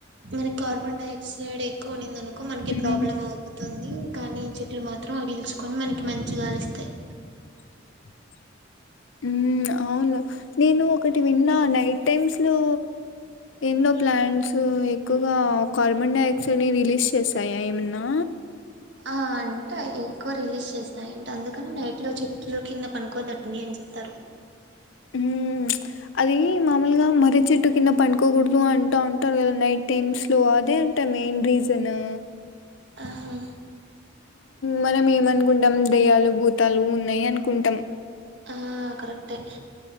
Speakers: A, on the right; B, on the left.
A: మన కార్బన్ డైఆక్సైడ్ ఎక్కువ ఉనిందినుకో మనకి
B: ఉమ్
A: ప్రాబ్లమ్ అవుతుంది. తుంది కానీ చెట్లు మాత్రం అవి పీల్చుకొని మనకి మంచిగాలి ఇస్తాయి.
B: <unintelligible> ఊ అవును నేను ఒకటి విన్నా నైట్ టైమ్స్ లో ఎన్నో ప్లాంట్స్ ఎక్కువగా కార్బన్ డైఆక్సైడ్ ని రిలీజ్ చేస్తాయా ఏమన్నా,
A: ఆ అంటే ఎక్కువ రిలీజ్ చేసినాయింటే అందుకని నైట్ లో చెట్లు కింద పనుకోద్దండి అని చెప్తారు
B: ఊ అది మామూలుగా మర్రి చెట్టు కింద పనుకోకూడదు అంటూ అంటారు కదా నైట్ టైమ్స్ లో అదే నంట మెయిన్ రీజను
A: ఆహా
B: మనం ఏమనుకుంటాం దయ్యాలు భూతాలు ఉన్నాయి అనుకుంటాం,
A: ఆ కరెక్టే